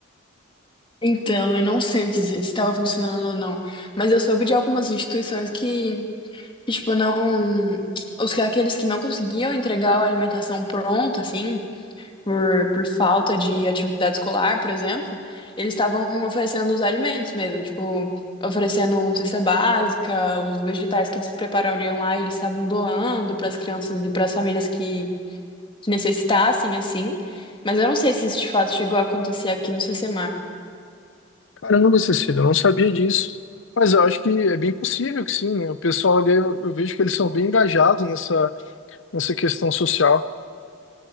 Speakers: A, on the left; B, on the left.
A: Então, eu não sei dizer se estava funcionando ou não. Mas eu soube de algumas instituições que E, tipo, não. que- Os, aqueles que não conseguiam entregar a alimentação pronta, assim, por, por falta de atividade escolar, por exemplo, eles estavam oferecendo os alimentos mesmo, tipo, oferecendo cesta básica, os vegetais que eles preparariam lá, eles estavam doando para as crianças e para as famílias que, que necessitassem, assim. Mas eu não sei se isso de fato chegou a acontecer aqui no C C
B: Caramba, Cecília, eu não sabia disso. Mas eu acho que é bem possível que sim, né? O pessoal ali, eu, eu vejo que eles são bem engajados nessa, nessa questão social.